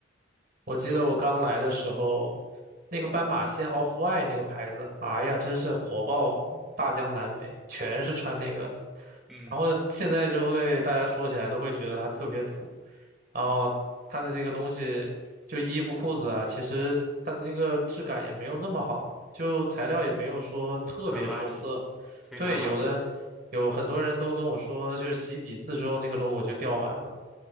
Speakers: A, on the right; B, in the centre.
A: 我记得我刚来的时候，
B: 就
A: 那个斑马线 Off-White 那个牌子，哎呀，真是火爆大江南北，全是穿那个的。
B: 嗯。
A: 然后现在就会大家说起来都会觉得它特别土，然后它的那个东西，就衣服裤子啊，其实它的那个质感也没有那么好，就材料也没有说特别出色。
B: 很垃圾，非常垃圾。
A: 对，有的有很多人都跟我说，就是洗几次之后那个 logo 就掉完了。